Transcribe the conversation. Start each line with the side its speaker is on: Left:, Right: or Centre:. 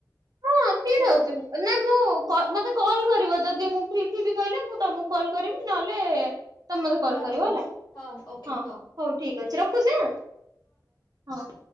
Right: ହଁ ତିନି
Left: ତିନ
Right: ହଉଛି। ନାଇ ମୁଁ କ ମତେ କଲ୍ କରିବ ଯଦି ମୁଁ ଫ୍ରି ଥିବି କହିଲେ ମୁଁ ତମକୁ କଲ୍ କରିବି ନହେଲେ ତମେ ମତେ କଲ୍
Left: ହଁ
Right: କରିବ
Left: ଠିକ
Right: ହେଲା
Left: ଅଛି ହଁ ଓକେ
Right: ହଁ ହଁ ହଉ ଠିକ୍ ଅଛି ରଖୁଛି ହା ହଁ।